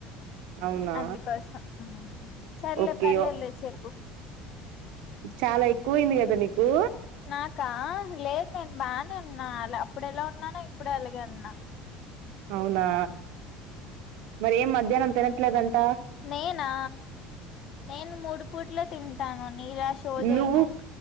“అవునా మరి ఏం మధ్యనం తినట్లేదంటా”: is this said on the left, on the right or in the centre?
Right